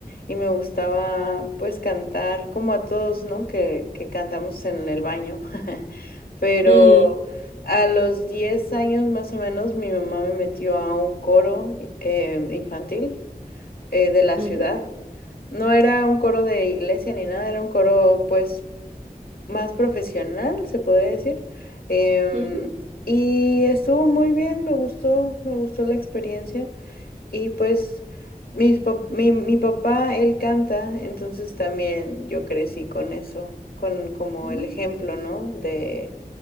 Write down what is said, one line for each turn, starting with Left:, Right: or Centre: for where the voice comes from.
Left: y me gustaba pues cantar como a todos, ¿no? Que, que cantamos en el baño, <laughs> pero
Right: Mm,
Left: a los 10 años más o menos mi mamá me metió a un coro eh, infantil eh, de la
Right: ujú,
Left: ciudad. No era un coro de iglesia ni nada, era un coro pues más profesional, se podría decir. Em,
Right: ujú,
Left: y estuvo muy bien, me gustó, me gustó la experiencia. Y pues mis pap- mi, mi papá, él canta, entonces también yo crecí con eso, con como
Right: ujú,
Left: el ejemplo, ¿no? De